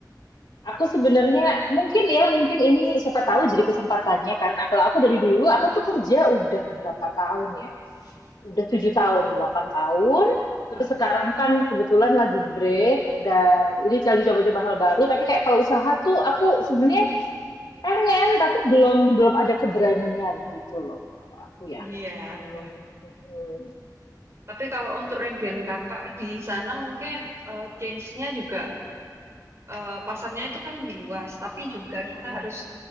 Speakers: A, on the left; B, on the right.
A: Aku sebenarnya mungkin ya, mungkin ini siapa tahu jadi kesempatannya, karena kalau aku dari dulu, aku tuh kerja udah berapa tahun ya? Udah 7 tahun, 8 tahun.
B: Wah,
A: Terus sekarang kan kebetulan lagi break dan ini lagi coba-coba hal baru. Tapi kayak kalau usaha tuh aku sebenarnya pengen tapi belum belum ada keberanian gitu loh kalau aku ya.
B: iya
A: Mm-mm,
B: ya.
A: mm-mm,
B: Tapi kalau untuk region kakak di sana mungkin eh, change-nya juga eh, pasarnya itu kan lebih luas, tapi juga kita
A: mm-mm,
B: harus